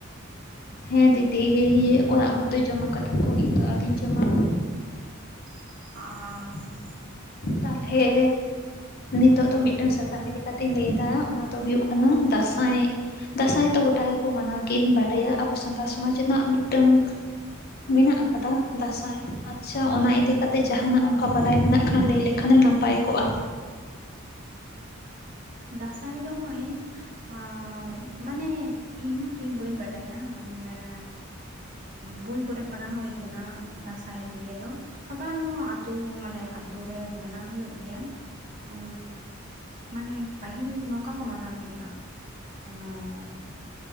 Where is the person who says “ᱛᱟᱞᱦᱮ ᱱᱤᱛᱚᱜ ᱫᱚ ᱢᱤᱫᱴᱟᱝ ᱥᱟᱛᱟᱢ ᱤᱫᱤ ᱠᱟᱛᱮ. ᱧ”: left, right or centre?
Left